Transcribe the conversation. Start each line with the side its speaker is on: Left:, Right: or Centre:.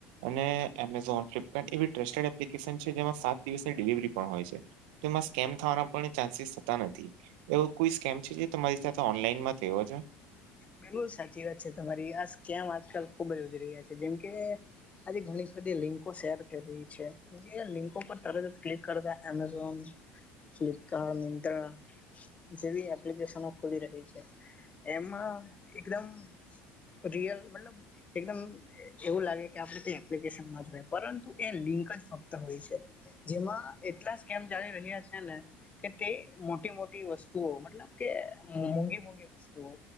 Right: અને એમેઝોન ફ્લિપકાર્ટ એવી ટ્રસ્ટેડ એપ્લિકેશન છે જેમાં સાત દિવસની ડિલિવરી પણ હોય છે. તો એમાં સ્કેમ થવાના પણ ચાન્સીસ થતા નથી એવો કોઈ સ્કેમ છે જે તમારી સાથે ઓનલાઈનમાં થવો છે.
Left: બિલકુલ સાચી વાત છે તમારી આ કેમ આજકાલ ખુબ જ વધી રહ્યા છે જેમ કે આજ ઘણી બધી લિંકો શેર કરી રહી છે. જે લિંકો પર તર ક્લિક કરતા અમેઝોન ફ્લિપકાર્ટ મિંત્રા જેવી એપ્લિકેશનો ખુલી રહી છે એમાં એકદમ રિયલ મતલબ એકદમ એવું લાગે કે આપણે એપ્લિકેશન જ હોય પરંતુ એ લિંક જ ફક્ત હોય છે. જેમાં એટલા કેમ ચાલી રહ્યા છે ને કે તે મોટી મોટી વસ્તુઓ મતલબ કે મોૂંઘી મોંઘી વસ્તુઓ